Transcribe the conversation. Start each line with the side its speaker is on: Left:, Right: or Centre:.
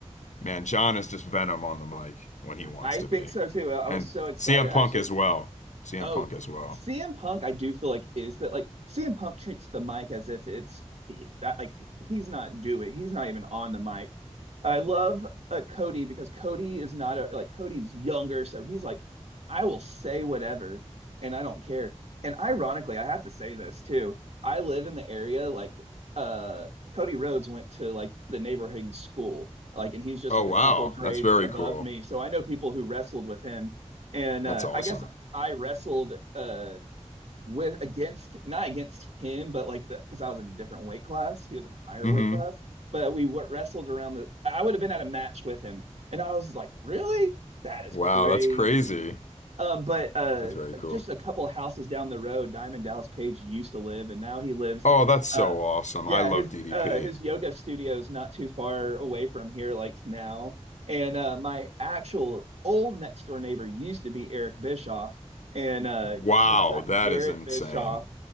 Left: man, John is just venom on the mic when he wants
Right: I
Left: to
Right: think
Left: be,
Right: so too. I was
Left: and
Right: so excited.
Left: CM
Right: Actually,
Left: Punk as well. CM
Right: Oh,
Left: Punk as well.
Right: CM Punk, I do feel like is that like CM Punk treats the mic as if it's he- that like he's not doing, he's not even on the mic. I love uh, Cody because Cody is not a like Cody's younger, so he's like, I will say whatever and I don't care. And ironically, I have to say this too. I live in the area like uh Cody Rhodes went to like the neighboring school, like, and he's just
Left: Oh
Right: like
Left: wow,
Right: a couple of grades
Left: that's very
Right: above
Left: cool.
Right: me, so I know people who wrestled with him. And uh,
Left: That's awesome.
Right: I guess I wrestled uh with against not against him, but like the because I was in a different weight class. He was in a higher
Left: hmm
Right: weight class, but we wrestled around the. I would have been at a match with him, and I was like, really? That is
Left: Wow,
Right: crazy.
Left: that's crazy.
Right: Um, but uh,
Left: That's very
Right: like,
Left: cool.
Right: just a couple houses down the road, Diamond Dallas Page used to live, and now he lives.
Left: Oh, that's so
Right: uh.
Left: awesome.
Right: Yeah,
Left: I love
Right: his
Left: DDP.
Right: uh his yoga studio is not too far away from here like now. And uh my actual old next door neighbor used to be Eric Bischoff and uh
Left: Wow,
Right: his son
Left: that
Right: Garrett
Left: is insane.
Right: Bischoff